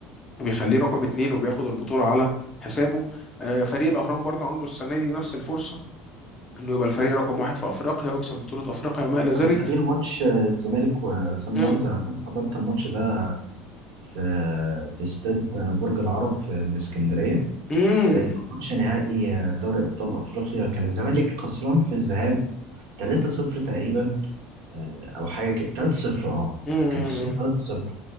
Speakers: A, on the left; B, on the right.
A: وبيخليه رقم اتنين وبياخد البطوله على حسابه آه، فريق الاهرام برضه عنده السنه دي نفس الفرصه انه يبقى الفريق رقم واحد في افريقيا ويكسب بطوله افريقيا وما الى ذلك
B: على سبيل ماتش آه، الزمالك وسان
A: مم،
B: داونز أنا كنت حضرت الماتش ده في في استاد برج العرب في الإسكندرية
A: مم،
B: آه، ماتش نهائي آه، دوري أبطال أفريقيا كان الزمالك خسران في الذهاب 3-0 تقريبا آه، أو حاجة كده 3-0 أه
A: مم،
B: كان خسران
A: مم،
B: 3-0